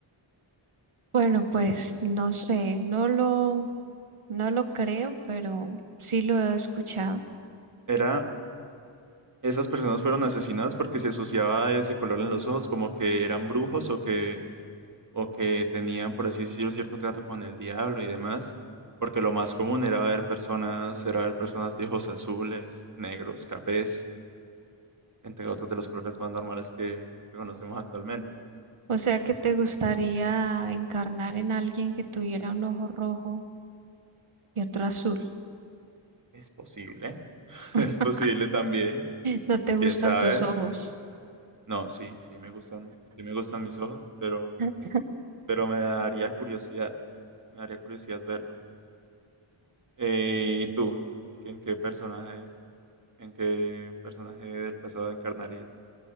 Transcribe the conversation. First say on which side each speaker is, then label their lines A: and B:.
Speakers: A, on the right; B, on the right.
A: Bueno, pues no sé, no lo, no lo creo, pero sí lo he escuchado.
B: Era Esas personas fueron asesinadas porque se asociaba ese color en los ojos como que eran brujos o que, o que tenían, por así decirlo, cierto trato con el diablo y demás. Porque lo más común era ver personas, era ver personas de ojos azules, negros, cafés, entre otros de los colores más normales que, que conocemos actualmente.
A: O sea, que te gustaría encarnar en alguien que tuviera un ojo rojo y otro azul.
B: ¿Es posible? <laughs>
A: <laughs>
B: Es posible también.
A: No te
B: ¿Quién
A: gustan
B: sabe?
A: tus ojos.
B: No, sí, sí me gustan, sí me gustan mis ojos, pero,
A: <laughs>
B: pero me daría curiosidad. Me daría curiosidad verlo. Eh, ¿y tú? ¿En qué personaje, en qué personaje del pasado encarnarías?